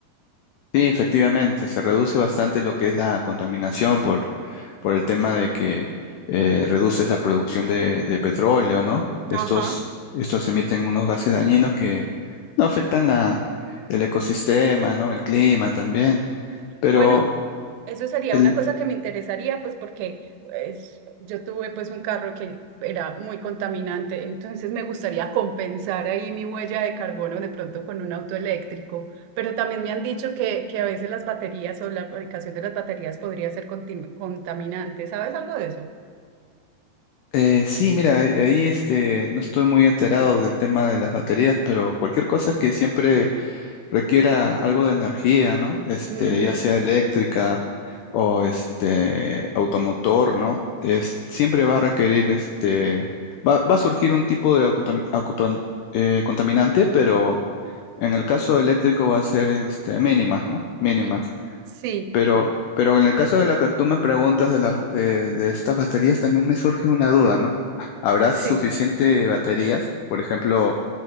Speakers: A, on the left (about 80°); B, on the right (about 85°).
A: Sí, efectivamente, se reduce bastante lo que es la contaminación por, por el tema de que eh, reduces la producción de, de petróleo, ¿no? Estos,
B: Ajá.
A: estos emiten unos gases dañinos que no afectan la, el ecosistema, ¿no? El clima también. Pero
B: Bueno, eso sería
A: el,
B: una cosa que me interesaría, pues porque es- yo tuve pues un carro que era muy contaminante, entonces me gustaría compensar ahí mi huella de carbono de pronto con un auto eléctrico, pero también me han dicho que, que a veces las baterías o la fabricación de las baterías podría ser contim- contaminante. ¿Sabes algo de eso?
A: eh, sí, mira, ahí este, no estoy muy enterado del tema de las baterías, pero cualquier cosa que siempre requiera algo de energía, ¿no? Este,
B: Mm,
A: ya sea eléctrica o este automotor, ¿no? Es, siempre va a requerir este, va, va a surgir un tipo de acontam- acotan- eh, contaminante, pero en el caso eléctrico va a ser este, mínimas, ¿no? Mínimas.
B: mm, sí,
A: Pero, pero en el caso de lo que tú me preguntas de las de, de estas baterías, también me surge una duda, ¿no? ¿Habrá
B: sí.
A: suficiente baterías? Por ejemplo,